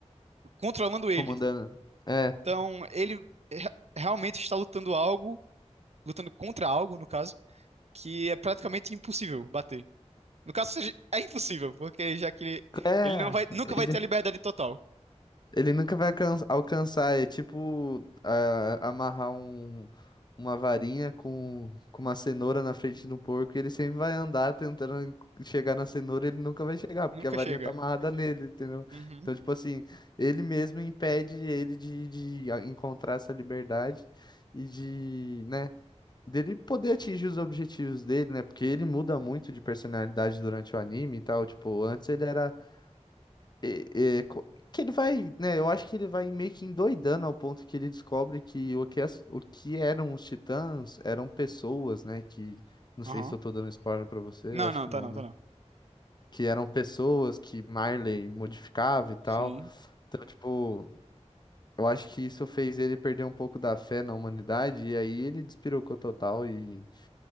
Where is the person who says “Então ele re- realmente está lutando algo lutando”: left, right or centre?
Right